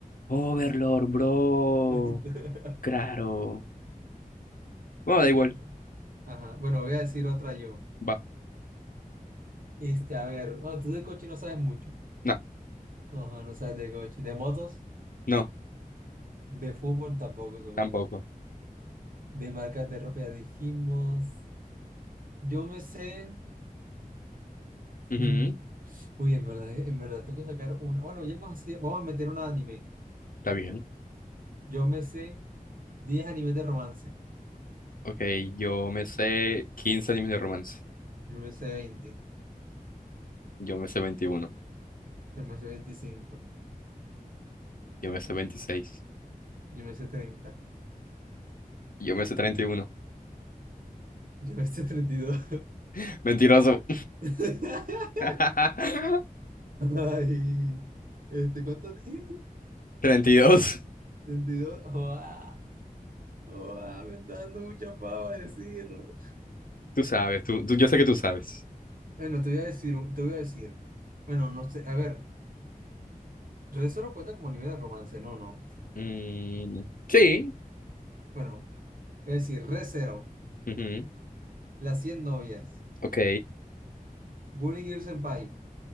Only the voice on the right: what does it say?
<laughs>
Tenía-
Ajá. Bueno, voy a decir otra yo.
Este, a ver, bueno, tú de coche no sabes mucho.
No, no no sabes de coche. De motos,
de fútbol tampoco, supongo.
De marcas de ropa ya dijimos. Yo me sé.
mm, Uy, en verdad, en verdad, tengo que sacar una. Bueno, ya hemos sido- vamos a meter una de anime.
Yo me sé 10 animes de romance.
Yo me sé 20.
Yo me sé 25.
Yo me sé treinta
Yo me sé treinta y dos
<laughs>
Ay, este, ¿cuánto dije?
32. Joa, joa, me está dando mucha pava decirlo.
Bueno, te voy a decir, un- te voy a decir. Bueno, no sé, a ver, re cero cuenta como nivel de romance, no, no.
Bueno, es decir, re cero,
las 100 novias,
Bunny Girl Senpai,